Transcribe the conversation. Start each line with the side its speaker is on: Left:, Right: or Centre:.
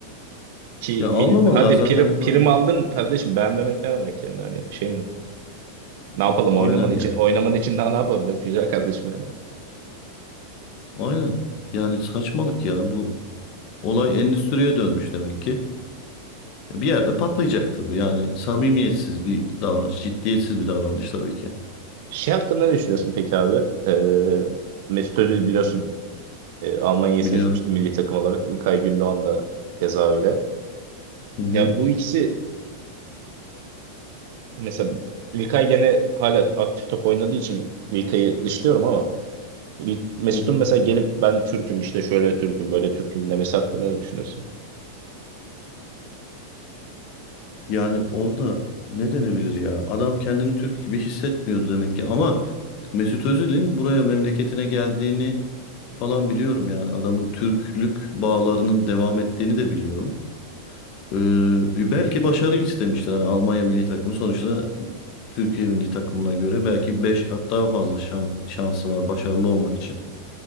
Right: Ki
Left: Ya
Right: mil,
Left: almamalılar
Right: hadi
Left: zaten
Right: prim,
Left: bunlar.
Right: prim aldın kardeşim beğenmemek ne demek yani hani şey mi? Ne yapalım
Left: Aynen
Right: oynaman için
Left: yani.
Right: oynaman için daha ne yapabiliriz güzel kardeşim yani.
Left: Aynen. Yani saçmalık ya bu olay endüstriye dönmüş demek ki. Bir yerde patlayacaktı bu. Yani samimiyetsiz bir davranış, ciddiyetsiz bir davranış tabii ki.
Right: Şey hakkında ne düşünüyorsun peki abi? Ee, Mesut Özil biliyorsun E, Almanya'yı
Left: Biliyorum.
Right: seçmişti milli takım olarak. İlkay Gündoğan da keza öyle.
Left: Hı hı,
Right: Ya bu ikisi mesela İlkay gene hala aktif top oynadığı için İlkay'ı dışlıyorum ama İl- Mesut'un
Left: hı hı.
Right: mesela gelip ben Türk'üm işte şöyle Türk'üm böyle Türk'üm demesi hakkında ne düşünüyorsun?
Left: Yani orada ne denebilir ya? Adam kendini Türk gibi hissetmiyordu demek ki. Ama Mesut Özil'in buraya memleketine geldiğini falan biliyorum yani. Adamın Türklük bağlarının devam ettiğini de biliyorum. Ee, belki başarı istemiştir. Hani Almanya milli takımı sonuçta Türkiye milli takımına göre belki 5 kat daha fazla şan- şansı var başarılı olmak için.